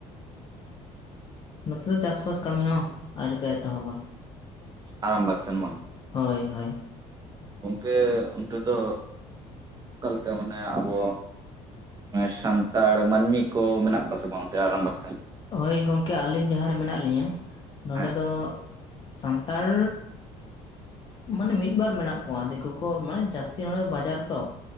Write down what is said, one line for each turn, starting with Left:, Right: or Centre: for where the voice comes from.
Left: ᱱᱚᱛᱮ ᱫᱚ ᱪᱟᱥᱼᱵᱟᱥ ᱠᱟᱢᱤ ᱦᱚᱸ ᱟᱣᱨᱤ ᱠᱚ ᱮᱛᱚᱦᱚᱵᱟ᱾
Right: ᱟᱨᱟᱢ ᱵᱟᱠ ᱥᱮᱱ ᱵᱟᱝ?
Left: ᱦᱳᱭ ᱦᱳᱭ᱾
Right: ᱜᱚᱝᱠᱮ ᱚᱱᱛᱮ ᱫᱚ ᱚᱠᱟ ᱞᱮᱠᱟ ᱢᱟᱱᱮ ᱟᱵᱚᱼᱼ ᱱᱮ ᱥᱟᱱᱛᱟᱲ ᱢᱟᱹᱱᱢᱤ ᱠᱚ ᱢᱮᱱᱟᱜ ᱠᱚᱣᱟ ᱥᱮ ᱵᱟᱝ ᱚᱱᱛᱮ‌ ᱟᱨᱟᱢᱵᱟᱠ ᱥᱮᱱ?
Left: ᱦᱳᱭ ᱜᱚᱝᱠᱮ ᱟᱞᱤᱧ ᱡᱟᱦᱟᱸ ᱨᱮ ᱢᱮᱱᱟᱜ ᱞᱤᱧᱟᱹ ᱱᱚᱸᱰᱮ
Right: ᱦᱮᱸ
Left: ᱫᱚ ᱥᱟᱱᱛᱟᱲ᱾ ᱢᱟᱱᱮ ᱢᱤᱫ ᱵᱟᱨ ᱢᱮᱱᱟᱜ ᱠᱚᱣᱟ ᱫᱮᱠᱳ ᱠᱚ ᱢᱟᱱᱮ ᱡᱟᱥᱛᱤ ᱱᱚᱸᱰᱮ ᱵᱟᱡᱟᱨ ᱨᱮ ᱛᱚ᱾